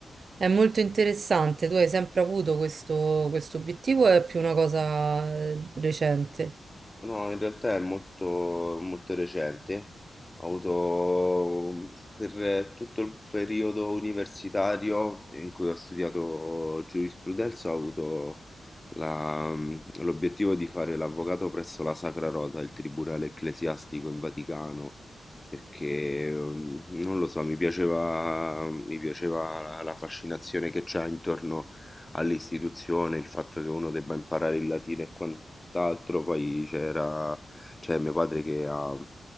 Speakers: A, on the right (about 50°); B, on the left (about 15°).
A: è molto interessante. Tu hai sempre avuto questo, questo obiettivo, o è più una cosa eh, recente.
B: No, in realtà è molto, molto recente. Ho avuto per tutto il periodo universitario in cui ho studiato giurisprudenza, ho avuto la- l'obiettivo di fare l'avvocato presso la Sacra Rota, il Tribunale Ecclesiastico in Vaticano, perché mm, non lo so, mi piaceva, mi piaceva la la fascinazione che c'è intorno all'istituzione, il fatto che uno debba imparare il latino e quant'altro, poi c'era, c'è mio padre che ha